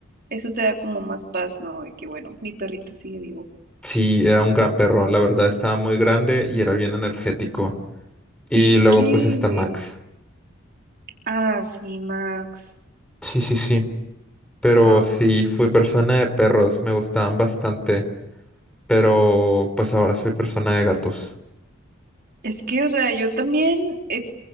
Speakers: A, on the right (about 50°); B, in the centre.
A: eso te da como más paz, ¿no? De que bueno, mi perrito sigue vivo.
B: sí, era un gran perro, la verdad estaba muy grande y era bien energético. Y
A: Y es
B: luego
A: que,
B: pues está Max.
A: ah, sí, Max.
B: Sí, sí, sí, pero
A: Ah,
B: sí, fui persona de perros, me gustaban bastante, pero pues ahora soy persona de gatos.
A: es que, o sea, yo también he